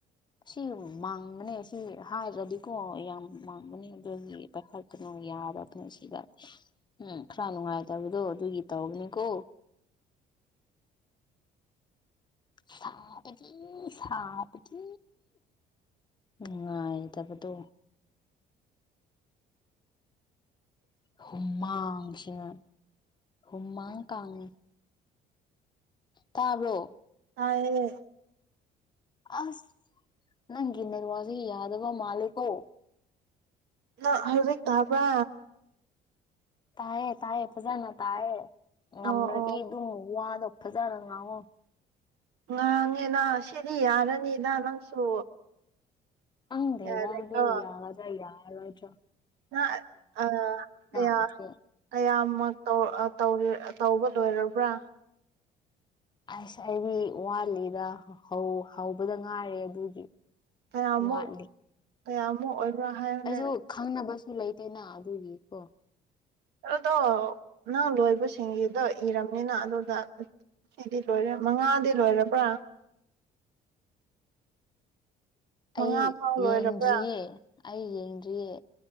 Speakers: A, on the left; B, on the right.
A: ꯁꯤ ꯃꯥꯡꯒꯅꯦ ꯁꯤ ꯍꯥꯏꯔꯗꯤꯀꯣ ꯌꯥꯝ ꯃꯥꯡꯒꯅꯤ ꯑꯗꯨꯗꯤ ꯄꯩꯈꯥ ꯀꯩꯅꯨꯡꯒꯤ ꯌꯥꯗꯕꯅꯦ ꯁꯤꯗ ꯎꯝ ꯈꯔ ꯅꯨꯡꯉꯥꯏꯇꯕꯗꯣ ꯑꯗꯨꯒꯤ ꯇꯧꯕꯅꯤꯀꯣ ꯁꯥꯕꯗꯤ-ꯁꯥꯕꯗꯤ ꯅꯨꯡꯉꯥꯏꯇꯕꯗꯣ ꯍꯨꯃꯥꯡꯁ ꯍꯨꯃꯥ ꯀꯥꯡ ꯇꯥꯕ꯭ꯔꯣ
B: ꯇꯥꯏꯌꯦ꯫
A: ꯑꯁ ꯅꯪꯒꯤ ꯅꯦꯋꯥꯛꯖꯦ ꯌꯥꯗꯕ ꯃꯥꯜꯂꯦꯀꯣ
B: ꯅ ꯍꯧꯖꯤꯛ ꯇꯥꯕ꯭ꯔꯥ
A: ꯇꯥꯏꯌꯦ ꯇꯥꯏꯌꯦ ꯐꯖꯥꯅ ꯇꯥꯏꯌꯦ ꯉꯝꯔꯗꯤ
B: ꯑꯣ ꯑꯣ
A: ꯑꯗꯨꯝ ꯃꯨꯋꯥꯗꫭ ꯐꯖꯥꯅ ꯉꯥꯡꯉꯣ
B: ꯉꯥꯡꯉꯦꯅ ꯁꯤꯗꯤ ꯌꯥꯔꯅꯤꯗ ꯅꯪꯁꯨ
A: ꯑꯪꯗ꯭ꯔꯦꯗ
B: ꯌꯥꯔꯦꯀꯣ
A: ꯑꯗꯣ ꯌꯥꯒꯥꯗ꯭ꯔꯥ ꯌꯥꯔꯣꯢꯗ꯭ꯔꯥ
B: ꯅꯥ <unintelligible> ꯑꯥ ꯀꯌꯥ
A: ꯑꯗꯨ
B: ꯀꯌꯥꯝꯃꯛ ꯇꯧ-ꯇꯧꯔꯦ-ꯇꯧꯕ ꯂꯣꯏꯔꯥꯕ꯭ꯔꯥ
A: ꯑꯁ ꯑꯩꯗꯤ ꯋꯥꯠꯂꯤꯗ ꯍꯧ-ꯍꯧꯕꯗ ꯉꯥꯏꯔꯦ ꯑꯗꯨꯒꯤ
B: ꯀꯌꯥꯃꯨꯛ-ꯀꯌꯥꯃꯨꯛ
A: ꯋꯥꯠꯂꯤ
B: ꯑꯣꯏꯕ꯭ꯔꯥ ꯍꯥꯏꯌꯣꯅꯦ
A: ꯑꯩꯁꯨ ꯈꯪꯅꯕꯁꯨ ꯂꯩꯇꯦꯅ ꯑꯗꯨꯒꯤ ꯀꯣ
B: ꯑꯗꯣ ꯅꯪ ꯂꯣꯏꯕꯁꯤꯡꯒꯤꯗꯣ ꯏꯔꯝꯃꯤꯅ ꯑꯗꯨꯗ ꯁꯤꯗꯤ ꯂꯣꯏꯔꯦ ꯃꯉꯥꯗꯤ ꯂꯣꯏꯔꯕ꯭ꯔꯥ ꯃꯉꯥ
A: ꯑꯩ
B: ꯐꯥꯎ ꯂꯣꯏꯔꯕ꯭ꯔꯥ
A: ꯌꯦꯡꯗ꯭ꯔꯤꯌꯦ ꯑꯩ ꯌꯦꯡꯗ꯭ꯔꯤꯌꯦ